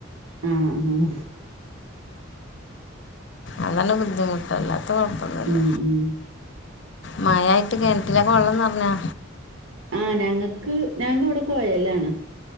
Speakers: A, on the right; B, on the left.
A: ആ ആ ഉം
B: അതന്നെ ബുദ്ധിമുട്ടല്ലാത്ത കൊഴപ്പൊന്നില്ല
A: ഉം ഉം
B: മാഴായിട്ട് കിണറ്റിലൊക്കെ വെള്ളം നിറഞ്ഞാ
A: ആ ഞങ്ങക്ക് ഞങ്ങക്കിവിടെ കുഴലാണ്